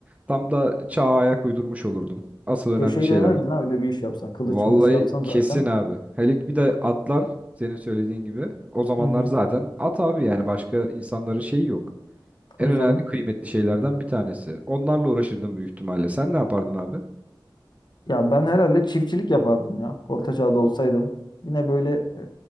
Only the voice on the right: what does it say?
Tam da çağa ayak uydurmuş olurdum. Asıl önemli
şeyler
Vallahi
kesin abi. Hele bir de atlar senin söylediğin gibi. O zamanlar
zaten at abi yani başka insanların şeyi yok.
En önemli
kıymetli şeylerden bir tanesi. Onlarla uğraşırdım büyük ihtimalle. Sen ne yapardın abi?